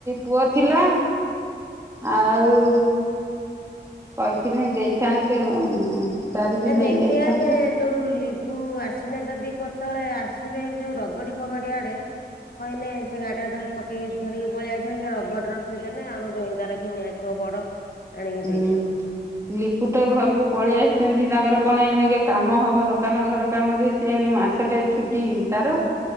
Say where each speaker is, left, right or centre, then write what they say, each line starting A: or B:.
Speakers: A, on the right (about 15°); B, on the left (about 55°).
A: ପୁଅ ଥିଲା ଆଉ କହିଥିଲେି ଦେଇଥାନ୍ତେ। ତାରିକି
B: ଏ
A: ନେଇ
B: ଦେଖିବା
A: ଯାଇଥାନ୍ତେ
B: ଯେ ଯୋଉ ଲିପୁ ଆସ ସିନେ ଯଦି କେତେବେଳେ ଆସିବେ ଯୋଉ ରଗଡି ଫଗଡି ଆଡେ କହିନେ ସେ ଗାଡି ଟା ଧ ପକେଇକ ଧରିକି ପଳଳିଆସିବ ସେ ରଗଡିର ଥୋଇଦେଲେ ଆମ ଜଇଁ ତାର ଘିନିଆ ଆସିବ ବଡ ଆଣିକି
A: ହୁଁ
B: ଦେଇଯିବ
A: ଲିପୁ ତ ଘରକୁ ପଳେଇ ଆସିଛନ୍ତି ତାଙ୍କର କଣ ଏନେ ଟିକେ କାମ ହବ ଦୋକାନ ଘର କାମ ଦ ସିଏନ ମାସ ଟେ ଛୁଟି ତାର।